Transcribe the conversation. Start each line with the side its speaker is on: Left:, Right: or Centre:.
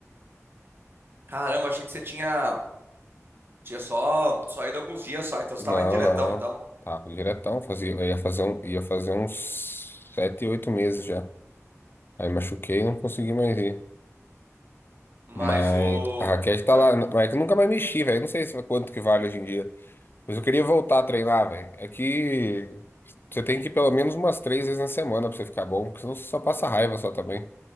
Right: Caramba, achei que você tinha, tinha só, só ido alguns dias só, então você
Left: Não,
Right: tava indo diretão,
Left: não.
Right: então.
Left: Tá, diretão. Fazia, eu ia fazer, um, ia fazer uns sete, oito meses já. Aí machuquei e não consegui mais ir.
Right: Mas
Left: Mas
Right: o.
Left: a raquete tá
Right: ah,
Left: lá. Mas é que eu nunca mais mexi, velho. Não sei se é quanto que vale hoje em dia. Mas eu queria voltar a treinar, velho. É que você tem que ir pelo menos umas três vezes na semana pra você ficar bom, porque senão você só passa raiva só também.